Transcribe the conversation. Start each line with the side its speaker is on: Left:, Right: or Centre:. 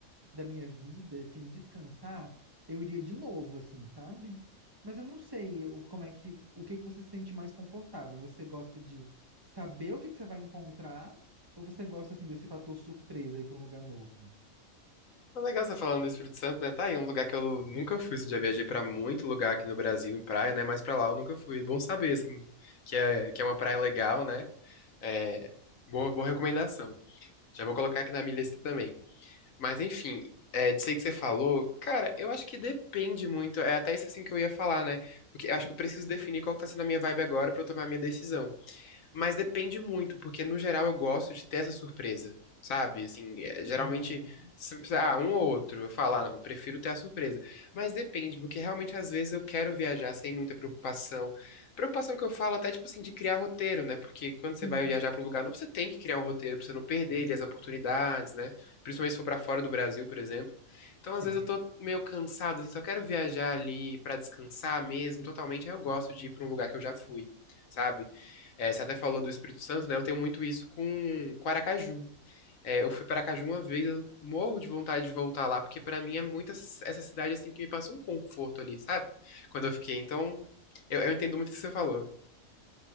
Right: da minha vida, assim, e descansar, eu iria de novo, assim, sabe? Mas eu não sei o, como é que, o que que você se sente mais confortável. Você gosta de saber o que que você vai encontrar, ou você gosta, assim, desse fator surpresa ir para um lugar novo?
Left: Foi legal você falando do Espírito Santo, né? Tá aí um lugar que eu nunca fui, assim, já viajei pra muito lugar aqui no Brasil, em praia, né? Mas pra lá eu nunca fui. Bom saber, assim, que é, que é uma praia legal, né? É, boa, boa recomendação. Já vou colocar aqui na minha lista também. Mas enfim, é, disso aí que você falou, cara, eu acho que depende muito. É até isso assim que eu ia falar, né? Porque eu acho que eu preciso definir qual que tá sendo a minha vibe agora pra eu tomar a minha decisão. Mas depende muito, porque no geral eu gosto de ter essa surpresa, sabe? Assim, é, geralmente,
Right: Aham.
Left: se- se- ah, um ou outro, eu falo, ah, não, eu prefiro ter a surpresa. Mas depende, porque realmente às vezes eu quero viajar sem muita preocupação. Preocupação que eu falo até, tipo assim, de criar roteiro, né? Porque quando você
Right: Sim,
Left: vai viajar para um lugar novo, você tem que criar um roteiro pra você não perder ali as oportunidades, né? Principalmente se for pra fora do Brasil, por exemplo. Então,
Right: sim.
Left: às vezes eu tô meio cansado, assim, só quero viajar ali pra descansar mesmo, totalmente. Aí eu gosto de ir pra um lugar que eu já fui, sabe? É, você até falou do Espírito Santo, né? Eu tenho muito isso com, com Aracaju. É, eu fui para Aracaju uma vez, eu morro de vontade de voltar lá, porque para mim é muito essa essa cidade assim que me passa um conforto ali, sabe? Quando eu fiquei. Então, eu, eu entendo muito o que você falou.